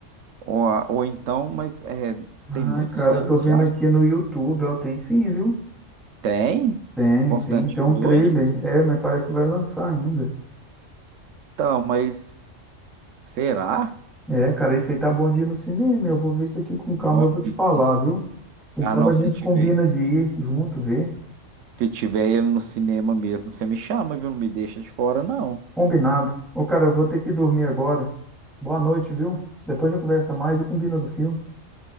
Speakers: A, on the right; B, in the centre.
A: Ou, ou então, mas é,
B: Ah,
A: tem muitos
B: cara,
A: anos
B: eu tô vendo
A: já.
B: aqui no YouTube, ó, tem sim, viu?
A: Tem?
B: Tem,
A: Constantino
B: tem, tem um
A: 2.
B: trailer. É, mas parece que vai lançar ainda.
A: Então, mas será?
B: É, cara, esse aí tá bom de ir no cinema. Eu vou ver isso aqui com
A: Nossa,
B: calma. Eu vou te falar,
A: se-
B: viu? Quem
A: ah
B: sabe
A: não,
B: a
A: se
B: gente
A: tiver,
B: combina de ir junto, ver.
A: se tiver ele no cinema mesmo, você me chama, viu? Não me deixa de fora, não.
B: Combinado. Ô, cara, eu vou ter que dormir agora. Boa noite, viu? Depois a gente conversa mais e combina do filme.